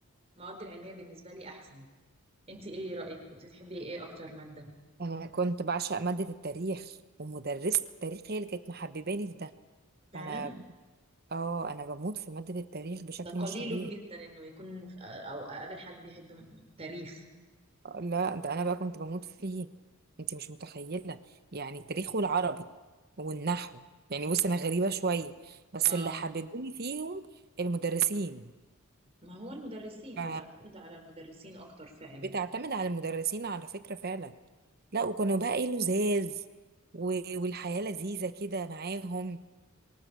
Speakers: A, on the right (about 30°); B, on the right (about 45°).
A: المواد العلميه بالنسبه لي احسن انت ايه رايك كنت تحبي ايه اكتر ماده
B: انا كنت بعشق ماده التاريخ ومدرسه التاريخ هي اللي كانت محبباني في ده
A: فعلا
B: فانا اه انا بموت في ماده التاريخ بشكل
A: ده قليل
B: مش طبيعي
A: جدا انه يكون في- او اقابل حد بيحب م- تاريخ
B: لا ده انا بقى كنت بموت فيه انت مش متخيله يعني التاريخ والعربي والنحو يعني بص انا غريبه شويه بس
A: اه
B: اللي حببوني فيهم المدرسين
A: ما هو المدرسين
B: ف
A: بتعتمد على المدرسين اكتر فعلا
B: بتعتمد على المدرسين على فكره فعلا لا وكانوا بقى ايه لزاز و- والحياه لذيذه كده معاهم